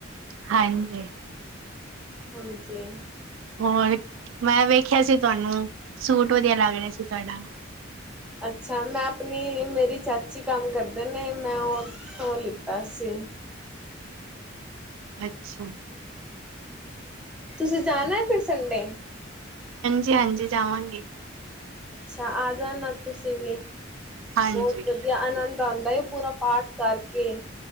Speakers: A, on the right; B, in the centre.
A: ਹਾਂਜੀ।
B: ਹਾਂਜੀ
A: ਹੋਰ ਮੈਂ ਵੇਖਿਆ ਸੀ ਤੁਹਾਨੂੰ ਸੂਟ ਵਧੀਆ ਲੱਗ ਰਿਹਾ ਸੀ ਤੁਹਾਡਾ
B: ਅੱਛਾ ਮੈਂ ਆਪਣੀ ਮੇਰੀ ਚਾਚੀ ਕੰਮ ਕਰਦੇ ਨੇ ਮੈਂ ਉਥੋਂ ਲਿ ਅਸੇ
A: ਅੱਛਾ
B: ਤੁਸੀਂ ਜਾਣਾ ਹੈ ਫਿਰ ਸੰਡੇ
A: ਜ ਹਾਂਜੀ ਜਾਵਾਂਗੇ
B: ਅੱਛਾ ਆ ਜਾਣਾ ਤੁਸੀਂ ਵੀ
A: ਹਾਂਜੀ
B: ਬਹੁਤ ਵਧੀਆ ਆਨੰਦ ਆਉਂਦਾ ਫੇਰ ਪੂਰਾ ਪਾਠ ਕਰਕੇ